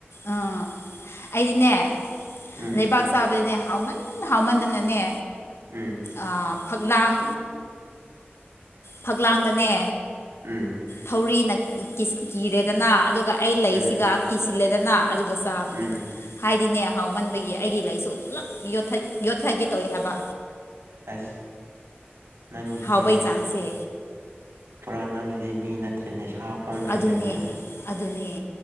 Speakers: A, on the left; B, on the right.
A: ꯑꯥ ꯑꯩꯗꯤꯅꯦ
B: ꯎꯝ
A: ꯂꯩꯕꯥꯛ ꯆꯥꯕꯗꯅꯦ ꯍꯥꯎꯃꯟ ꯍꯥꯎꯃꯟꯗꯅꯅꯦ
B: ꯎꯝ
A: ꯑ ꯐꯛꯂꯥꯡ ꯐꯛꯂꯥꯡꯗꯅꯦ
B: ꯎꯝ
A: ꯊꯧꯔꯤꯅ ꯀꯤꯁ ꯀꯤꯔꯦꯗꯅ ꯑꯗꯨꯒ ꯑꯩ ꯂꯩꯁꯤꯒ
B: ꯎꯝ
A: ꯀꯤꯁꯤꯜꯂꯦꯗꯅ‍‌ ꯑꯓꯨ ꯆꯥꯕꯅꯤ
B: ꯎꯝ
A: ꯍꯥꯏꯗꯤꯅꯦ ꯍꯥꯎꯃꯟꯕꯒꯤ ꯑꯩꯒꯤ ꯂꯩꯁꯨ ꯄꯨꯂꯞ ꯌꯣꯠꯊ ꯌꯣꯠꯊꯒꯦ ꯇꯧꯋꯤ ꯍꯥꯏꯕ
B: ꯑꯁ ꯅꯪꯁꯤꯗꯤ
A: ꯍꯥꯎꯕꯩ ꯆꯥꯡꯁꯦ
B: ꯄꯨꯔꯥ ꯅꯪꯁꯤꯗꯤ ꯃꯤ ꯅꯠꯇ꯭ꯔꯦꯅꯦ ꯁꯥ ꯑꯣꯟꯈ꯭ꯔꯦꯅꯦꯀꯣ
A: ꯑꯗꯨꯅꯦ ꯑꯗꯨꯅꯦ